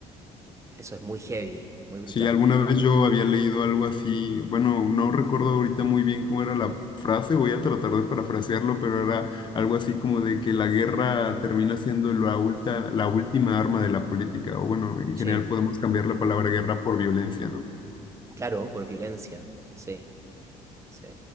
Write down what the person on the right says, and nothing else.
eso es muy heavy, muy brutal.
Sí,
claro, por violencia. Sí, sí.